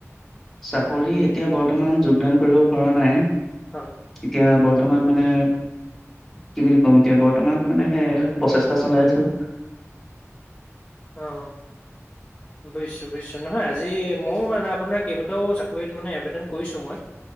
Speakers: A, in the centre; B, on the left.
A: চাকৰি এতিয়া বৰ্তমান যোগদান কৰিব পৰা নাই।
B: অ
A: এতিয়া বৰ বৰ্তমান মানে কি বুলি কম এতিয়া বৰ্তমান মানে সে প্ৰচেষ্টা চলাইছো।
B: অহ, বোজিছো-বুজিছো। নহয় আজি মই মানে আপোনাক কেইবাটাও চাকৰিত ত মানে আবেদন কৰিছো মই।